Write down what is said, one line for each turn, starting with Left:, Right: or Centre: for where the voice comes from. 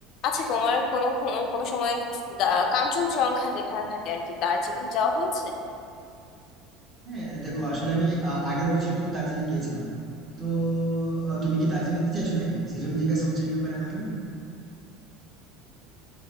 Left: আচ্ছা তোমার কোনো খ- কোনো সময় দা- কাঞ্চনজঙ্ঘা যেখানে থাকে আর কি দার্জিলিং যাওয়া হয়েছে
Right: হ্যাঁ দেখো আসলে আমি আহ, আগের বছর কিন্তু দার্জিলিং গিয়েছিলাম তো আহ, তুমি কি দার্জিলিং যেতে চাইছো নাকি সেজন্য জিজ্ঞাসা করছো এই ব্যাপারে আমাকে